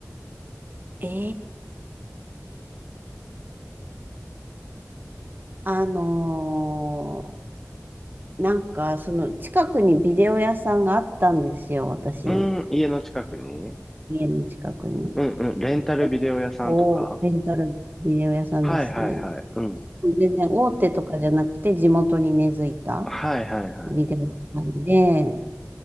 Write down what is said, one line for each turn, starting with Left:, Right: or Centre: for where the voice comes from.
Right: ええあのーなんかその近くにビデオ屋さんがあったんですよ、私。
Centre: うん、家の近くに
Right: 家の近くに。
Centre: うんうん。レンタルビデオ屋さんとか
Right: 結構レンタルビデオ屋さんですね。
Centre: はいはいはい。うん。
Right: 全然大手とかじゃなくて地元に根付いた。
Centre: はいはいはい。
Right: ビデオ館で、